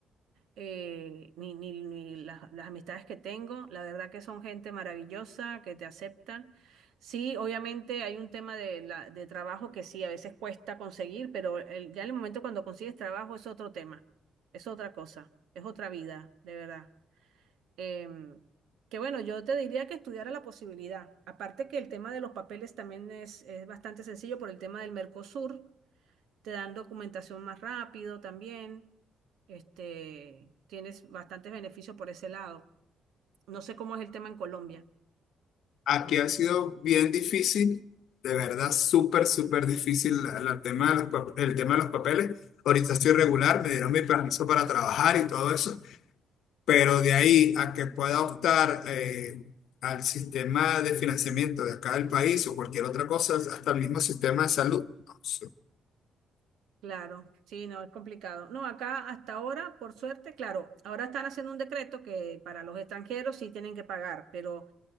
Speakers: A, on the right; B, on the left.
A: eh, ni, ni, ni las, las amistades que tengo. La verdad que son gente maravillosa, que te aceptan. Sí, obviamente hay un tema de, la, de trabajo que sí, a veces cuesta conseguir, pero el- ya en el momento cuando consigues trabajo es otro tema, es otra cosa, es otra vida, de verdad. Em, que bueno, yo te diría que estudiara la posibilidad. Aparte que el tema de los papeles también es, es bastante sencillo por el tema del Mercosur te dan documentación más rápido también. Este, tienes bastantes beneficios por ese lado. No sé cómo es el tema en Colombia.
B: Aquí ha sido bien difícil, de verdad, súper, súper difícil la- la tema de los pap- el tema de los papeles. Ahorita estoy regular, me dieron mi permiso para trabajar y todo eso, pero de ahí a que pueda optar eh, al sistema de financiamiento de acá del país o cualquier otra cosa, hasta el mismo sistema de salud. No, sí,
A: Claro, sí, no, es complicado. No, acá hasta ahora, por suerte, claro, ahora están haciendo un decreto que para los extranjeros sí tienen que pagar, pero